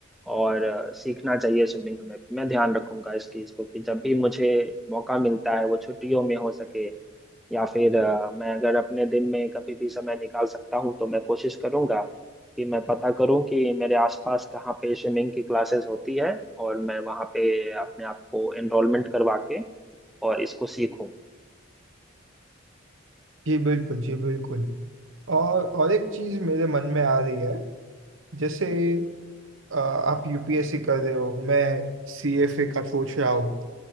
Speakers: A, in the centre; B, on the right.
A: और अ, सीखना चाहिए स्विमिंग हमें मैं ध्यान रखूंगा इस चीज को कि जब भी मुझे मौका मिलता है वो छुट्टियों में हो सके या फिर अ, मैं अगर अपने दिन में कभी भी समय निकाल सकता हूँ तो मैं कोशिश करूंगा कि मैं पता करूं कि मेरे आसपास कहाँ पे स्विमिंग की क्लासेस होती है और मैं वहाँ पे अपने आप को एनरोलमेंट करवा के और इसको सीखूं
B: जी बिल्कुल जी बिल्कुल और और एक चीज मेरे मन में आ रही है जैसे आ, आप यूपीएससी कर रहे हो मैं सीएफए का सोच रहा हूँ